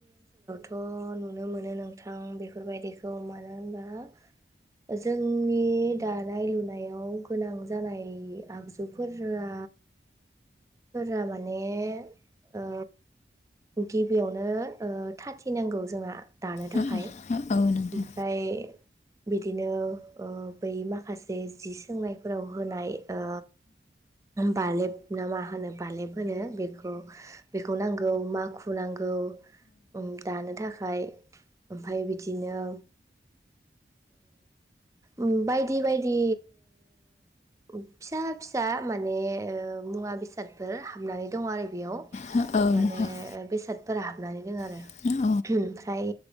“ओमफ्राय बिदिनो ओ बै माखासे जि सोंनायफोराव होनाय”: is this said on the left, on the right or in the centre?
Right